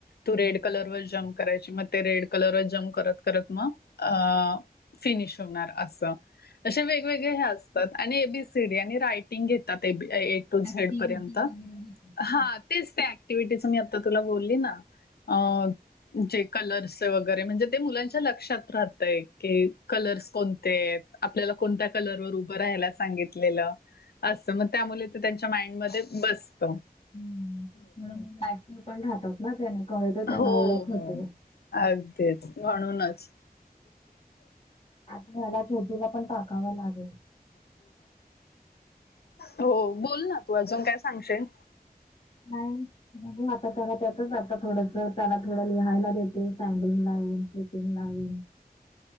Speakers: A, on the left; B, on the left.
A: तू
B: म्हणजे
A: रेड कलरवर जम्प करायची. मग- ते रेड कलर जम्प करत करत मग अ फिनिश होणार असं. असे वेगवेगळे हे असतात. आणि ए बी सी डी आणि रायटिंग घेत- तात ए टू झेड
B: ऍक्टिव्हटी
A: पर्यंत.
B: वगैरे घेतात
A: हा. तेच त्या ऍक्टिव्हटीच. मी आत्ता तुला बोलली ना? अ- जे कलर्सचे वगैरे. म्हणजे ते मुलांच्या लक्षात राहतय. की कलर्स कोणते आहेत? आपल्याला कोणत्या कलरवर उभं राहायला सांगित- लेलं. अस मग त्यामुळे त्यांच्या माइंड मध्ये बसत.
B: हं. हं. म्हणून एक्टीव पण राहतात ना? त्याने कळत त्यांना
A: हो,
B: ओळख
A: हो.
B: होते.
A: अगदीच. म्हणूनच.
B: आपल्याला छोटूला पण टाकाव लागल.
A: हो. बोल ना तू. अजून काय सांगशील?
B: नाही. म्हणूून आता त्याला त्याचच आता, थोडस त्याला थोडं लिहायला देते स्टँडिंग लाइन - <unintelligible>